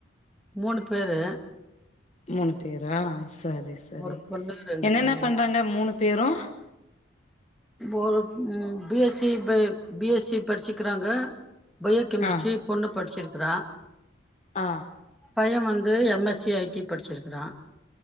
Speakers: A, in the centre; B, on the left.
A: மூணு பேரு
B: மூணு பேரா சரி சரி
A: ஒரு பொண்ணு ரெண்டு
B: என்னென்ன
A: பைய
B: பண்றாங்க மூணு பேரும்
A: ஒரு ம் பி எஸ் சி பே பி எஸ் சி படிச்சுக்கிறாங்க பயோகெமிஸ்ட்ரி
B: ஆ
A: பொண்ணு படிச்சிருக்கறா
B: ஆ
A: பையன் வந்து எம் எஸ் சி ஐடி படிச்சிருக்கறான்